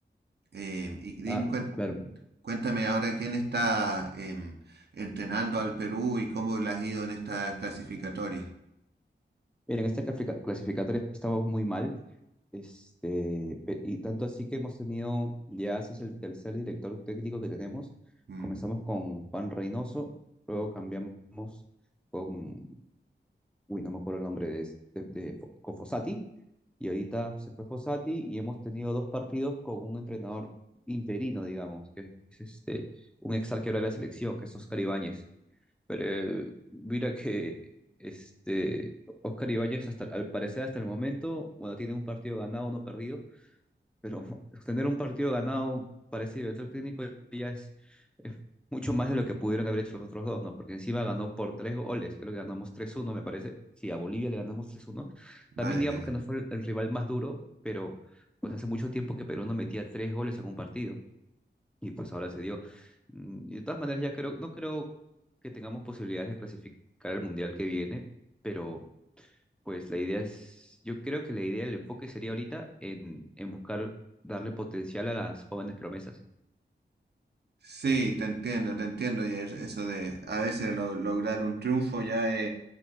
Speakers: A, on the right; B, in the centre.
A: Eh, y dime,
B: Ah,
A: cuen-
B: claro.
A: cuéntame ahora quién está em, entrenando al Perú y cómo le ha ido en esta clasificatoria.
B: Mira, en esta clasifica- clasificatoria estamos muy mal, este, pe- y tanto así que hemos tenido, ya ese es el tercer director técnico que tenemos.
A: Mm,
B: Comenzamos con Juan Reynoso, luego cambiamos con uy, no me acuerdo el nombre de, es- de, de Fo- con Fossati, y ahorita se fue Fossati y hemos tenido dos partidos con un entrenador interino, digamos, que es este, un ex arquero de la selección, que es Oscar Ibáñez. Pero eh, mira que este, Oscar Ibáñez, hasta, al parecer hasta el momento, bueno, tiene un partido ganado, uno perdido, pero <laughs> tener un partido ganado parecido el director técnico ya es, es mucho más de lo que pudieron haber hecho los otros dos, ¿no? Porque encima ganó por tres goles, creo que ganamos tres uno me parece. Sí, a Bolivia le ganamos tres uno
A: vaya
B: También digamos
A: qué bien.
B: que no fue el, el rival más duro, pero pues hace mucho tiempo que Perú no metía tres goles en un partido y pues ahora se dio. Mm, Y de todas maneras ya creo, no creo que tengamos posibilidades de clasificar al Mundial que viene, pero pues la idea es, yo creo que la idea, el enfoque sería ahorita en, en buscar darle potencial a las jóvenes promesas.
A: Sí, te entiendo, te entiendo. Y es- eso de a veces lo- lograr un triunfo ya